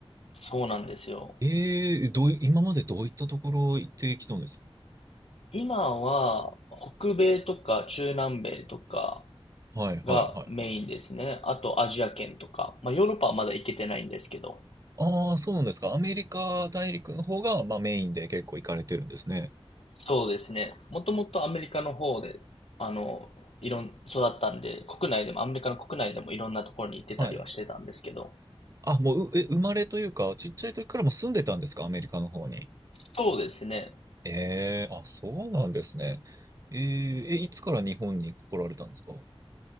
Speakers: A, on the left (about 75°); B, on the right (about 35°).
A: そうなんですよ。
B: えー、どうい、今までどういったところ行ってきたんですか
A: 今は、北米とか中南米とか
B: はい、
A: がメインですね。
B: はい、はい、はい。
A: あとアジア圏とか。まあヨーロッパはまだ行けてないんですけど。
B: ああ、そうなんですか。アメリカ大陸の方が、まあ、メインで結構行かれてるんですね。
A: そうですね。もともとアメリカの方で、あの、いろん、育ったんで、国内でも、アメリカの国内でもいろんなところに行ってたりはしてたんですけど。
B: はい。あ、もう、うえ、生まれというか、ちっちゃい時からもう住んでたんですかアメリカの方に。
A: そうですね。
B: ええあ、そうなんですね。えーえ、いつから日本に来られたんですか